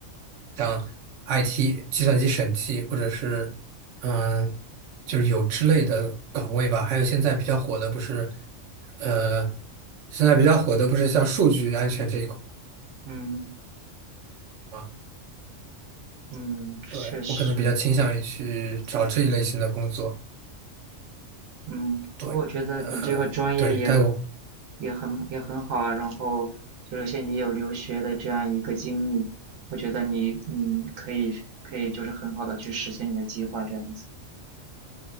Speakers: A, on the right; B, on the right.
A: 像 IT 计算机审计或者是嗯，呃就是有之类的岗位吧。还有现在比较火的不是，呃，现在比较火的不是像数据安全这一块
B: 嗯
A: 吗？
B: 嗯，确实。
A: 对，我可能比较倾向于去找这一类型的工作。
B: 嗯，
A: 对，
B: 不过我觉得你这个专业也
A: 呃，对，但我
B: 也很也很好啊，然后就是像你有留学的这样一个经历，我觉得你嗯可以可以就是很好的去实现你的计划这样子。